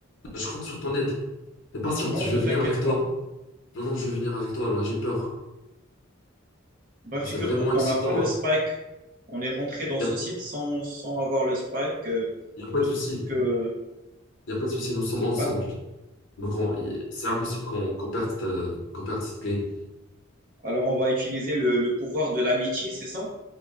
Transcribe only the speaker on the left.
Je compte sur ton aide. T'es patiente,
je
vais
venir avec
toi. Non, non, je vais venir avec toi, là, j'ai peur.
Bah,
C'est vraiment
excitant,
hein.
Y
a,
y a pas de souci.
Y a pas de souci, nous
sommes ensemble.
Donc, on- y- c'est impossible qu'on qu'on perde, euh, qu'on perde cette game.